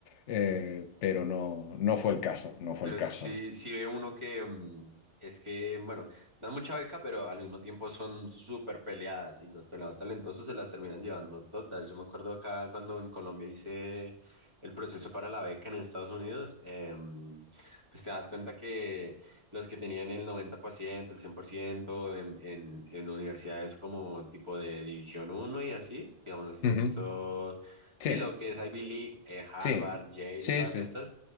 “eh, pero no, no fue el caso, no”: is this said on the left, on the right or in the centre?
Left